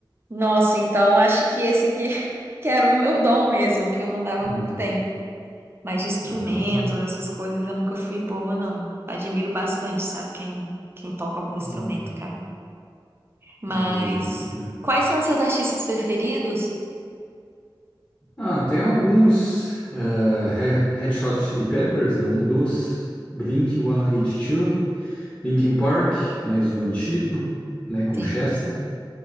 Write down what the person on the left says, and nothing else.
Hum,
ah, da hora.
Hum,
é algo único, né?
Ah, tem alguns. eh, Re- Red Hot Chili Peppers é um dos. Blink-182, Linkin Park, mais o antigo, né, com
Chester.